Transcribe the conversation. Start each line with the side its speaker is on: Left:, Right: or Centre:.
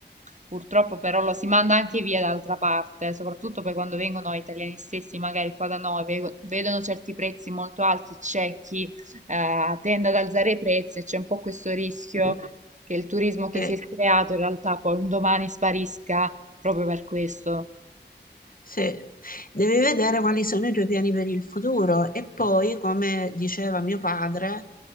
Right: purtroppo però lo si manda anche via d'altra parte, soprattutto poi quando vengono italiani stessi, magari qua da noi, ve- vedono certi prezzi molto alti, c'è chi eh, tende ad alzare i prezzi e c'è un po' questo rischio
Left: mm.
Right: che il turismo che
Left: Eh,
Right: si è creato in realtà poi un domani sparisca proprio per questo.
Left: Sì, devi vedere quali sono i tuoi piani per il futuro e poi, come diceva mio padre,